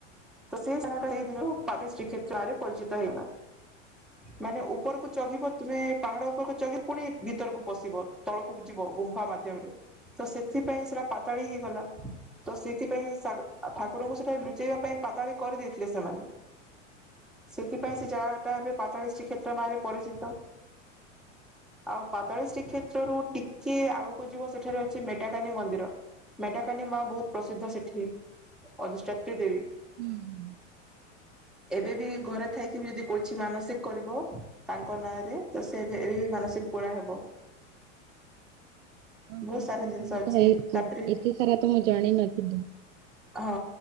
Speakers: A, in the centre; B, on the right (about 75°).
A: ତ ସେଇ ସାନଟା ସେଇ ଦିନ ପାାତ ଶ୍ରୀକ୍ଷ୍େତ୍ରରେ ପରିଚିତ ହେଇଲା ମାନେ ଉପରକୁ ଚଘିବ ତୁମେ ପାହାଡ ଉପରକୁ କିି ପୁଣି ଭିତରକୁ ପଶିବ ତଳକୁ ଯିବ ଗୁମ୍ଫା ମାଧ୍ୟମରେ ତ ସେଥିପାଇଁ ସେଟା ପାତାଳି ହେଇଗଲା ତ ସେଥିପାଇଁ ଠାକୁରଙ୍କୁ ସେଠାରେ ଲୁଚେଇବା ପାଇଁ ପାତାଳି କରିଦେଇଥିଲେ ସେମାନେ ସେଥିପାଇଁ ସେ ଜାଗା ହେବେ ପାଚଳିଶ ଶ୍ରୀକ୍ଷଷେତ୍ର ନାଁରେ ପରିଚିତ ଆଉ ପାଚଳିଶଟି କ୍ଷେତ୍ରରୁ ଟିକେ ଆଗକୁ ଯିବ ସେଠାରେ ଅଛି। ମେଟାକାନୀ ମନ୍ଦିର ମେଟାକାନୀ ମା ବହୁତ ପ୍ରସିଦ୍ଧ ସେଠି ଅଧିଷ୍ଠାତ୍ରୀ ଦେବୀ
B: ହୁଁ ହ
A: ଏବେ ବି ଘରେ ଥାଇକି ବି ଯଦି କଛି ମାନସିକ କରିବ ତାଙ୍କ ନାଁରେ ଚା ସେ ଏବେ ମାନସିକ ପୋ ହବ
B: ଓ
A: ବହୁତ
B: ହୋ
A: ସାରା ଜିନିଷ ଅଛି
B: ହେଇ
A: ତାପରେ
B: ଏତେ ସାରା ତ ମୁଁ ଜାଣି ନ ଦ
A: ହଁ